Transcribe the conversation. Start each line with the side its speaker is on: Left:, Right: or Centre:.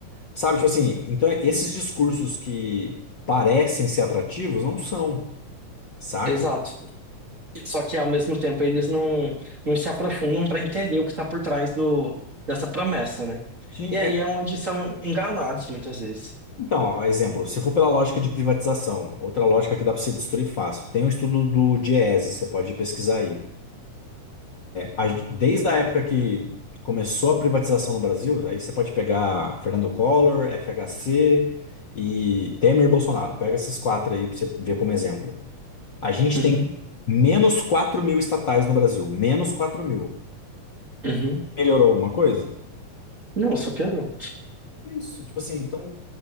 Left: Sabe, tipo assim, então esses discursos que parecem ser atrativos não são, saca?
Right: exato. Só que ao mesmo tempo eles não, não se aprofundam para entender o que está por trás do, dessa promessa, né?
Left: Ti-
Right: E aí
Left: é,
Right: é onde são enganados muitas vezes.
Left: Então, ó, exemplo, se for pela lógica de privatização, outra lógica que dá para você destruir fácil. Tem um estudo do Diese, você pode pesquisar aí a- desde a época que começou a privatização no Brasil, aí você pode pegar Fernando Collor, FHC e Temer e Bolsonaro. Pega esses quatro aí para você ver como exemplo. A gente
Right: Uhum,
Left: tem menos quatro mil estatais no Brasil, menos quatro mil.
Right: uhum.
Left: Melhorou alguma coisa?
Right: Não, só piorou.
Left: É isso. Tipo assim, então